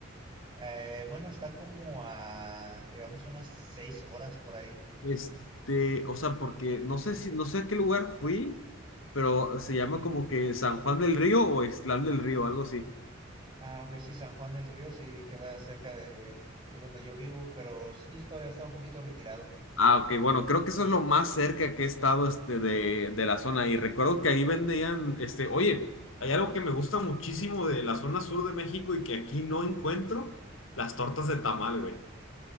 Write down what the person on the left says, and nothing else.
Este, o sea, porque no sé si, no sé a qué lugar fui, pero se llama como que San Juan del Río o Ixtlán del Río, algo así.
Ah, ok, bueno, creo que eso es lo más cerca que he estado este, de, de la zona. Y recuerdo que ahí vendían, este, oye, hay algo que me gusta muchísimo de la zona sur de México y que aquí no encuentro, las tortas de tamal, güey.